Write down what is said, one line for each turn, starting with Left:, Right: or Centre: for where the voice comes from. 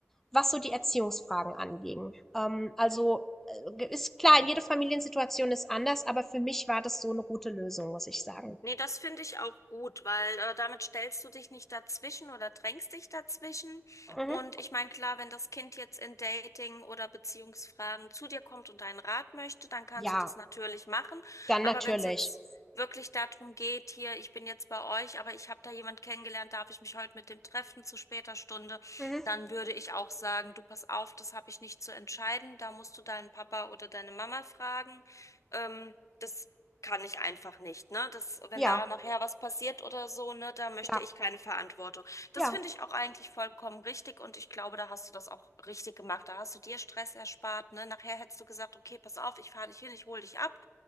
Centre: was so die Erziehungsfragen anging. Ähm, also äh, ist klar, jede Familiensituation ist anders, aber für mich war das so eine gute Lösung, muss ich sagen.
Left: Nee, das finde ich auch gut, weil äh, damit stellst du dich nicht dazwischen oder drängst dich dazwischen.
Centre: Mhm.
Left: Und ich meine, klar, wenn das Kind jetzt in Dating- oder Beziehungsfragen zu dir kommt und deinen Rat möchte, dann kannst
Centre: Ja,
Left: du das natürlich machen.
Centre: dann
Left: Aber
Centre: natürlich.
Left: wenn es jetzt wirklich darum geht, hier, ich bin jetzt bei euch, aber ich habe da jemand kennengelernt, darf ich mich heute mit dem treffen zu später Stunde,
Centre: Mhm.
Left: dann würde ich auch sagen, du pass auf, das habe ich nicht zu entscheiden, da musst du deinen Papa oder deine Mama fragen. Ähm, das kann ich einfach nicht, ne? Das, wenn
Centre: Ja,
Left: da nachher was passiert oder so, ne, da möchte
Centre: ja,
Left: ich keine Verantwortung. Das
Centre: ja,
Left: finde ich auch eigentlich vollkommen richtig und ich glaube, da hast du das auch richtig gemacht. Da hast du dir Stress erspart, ne? Nachher hättest du gesagt, okay, pass auf, ich fahre dich hin, ich hole dich ab.